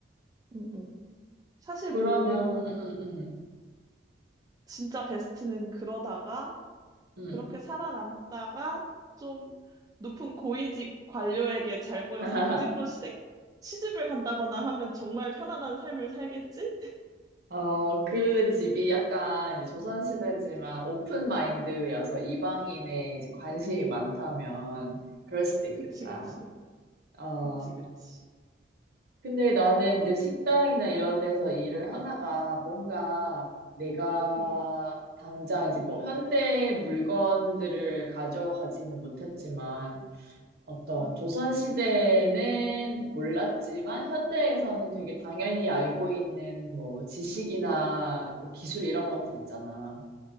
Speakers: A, on the right; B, on the right.
A: 음, 음. 사실
B: 그러면,
A: 뭐,
B: 음, 음,
A: 진짜 베스트는 그러다가
B: 음.
A: 그렇게 살아남다가 좀 높은 고위직 관료에게 잘 보여서
B: <laughs>
A: 그 집으로 시댁, 시집을 간다거나 하면 정말 편안한 삶을 살겠지?
B: 어, 그 집이 약간 이제 조선시대지만 오픈 마인드여서 이방인의 이제 관심이 많다면 그럴 수도 있겠다.
A: 그치, 그치.
B: 어,
A: 그치, 그치.
B: 근데 나는 이제 식당이나 이런 데서 일을 하다가 뭔가 내가
A: 응, 응,
B: 당장 이제 뭐 현대 물건들을 가져가지는 못했지만 어떤
A: 응,
B: 조선시대에는 몰랐지만 현대에서는 되게 당연히 알고 있는 뭐 지식이나 뭐 기술 이런 것들 있잖아.